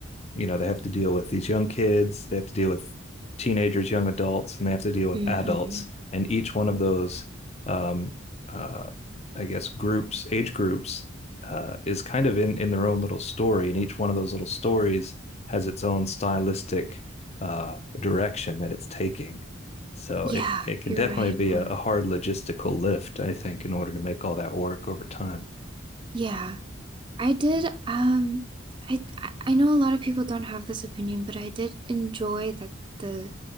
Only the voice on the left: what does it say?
you know, they have to deal with these young kids, they have to deal with teenagers, young adults, and they have to deal with
adults. And each one of those, um, uh, I guess, groups, age groups, uh, is kind of in in their own little story, and each one of those little stories has its own stylistic uh, direction that it's taking. So
it, it can
definitely
be
a, a hard logistical lift, I think, in order to make all that work over time.